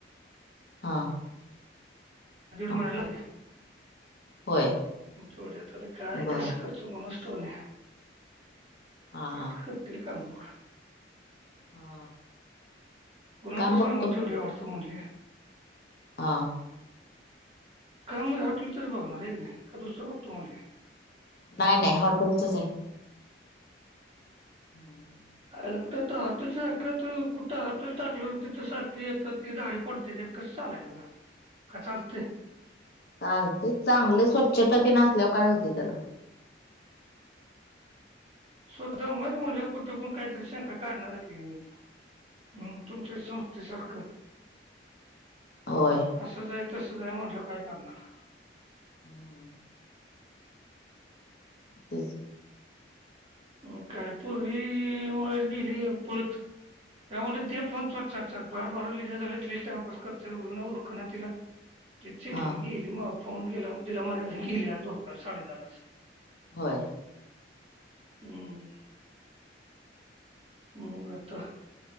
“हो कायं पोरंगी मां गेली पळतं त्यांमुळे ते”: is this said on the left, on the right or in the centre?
Right